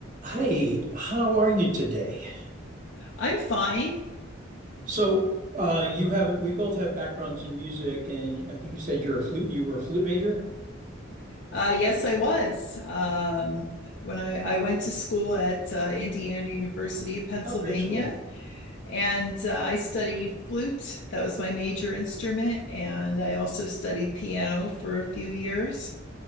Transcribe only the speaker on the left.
I'm fine.
Uh, yes, I was. Um, when I, I went to school at uh, Indiana University of Pennsylvania,
and uh, I studied flute. That was my major instrument, and I also studied piano for a few years.